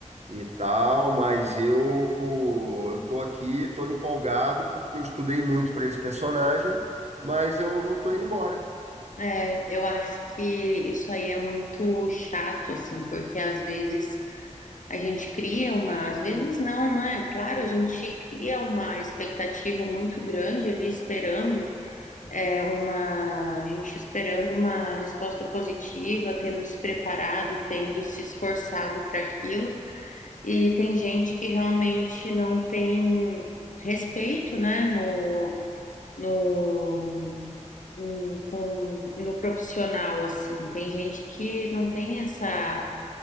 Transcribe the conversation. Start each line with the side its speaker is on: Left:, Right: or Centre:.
Right: E tal, mas eu eu tô aqui todo empolgado porque eu estudei muito para esse personagem, mas eu tô indo embora.
Left: é, eu acho que isso aí é muito chato, assim, porque às vezes A gente cria uma, às vezes não, né? Claro, a gente cria uma expectativa muito grande ali esperando é, uma, a gente esperando uma resposta positiva, tendo se preparado, tendo se esforçado para aquilo. E tem gente que realmente não tem respeito, né, no, no, no, com, no profissional, assim. Tem gente que não tem essa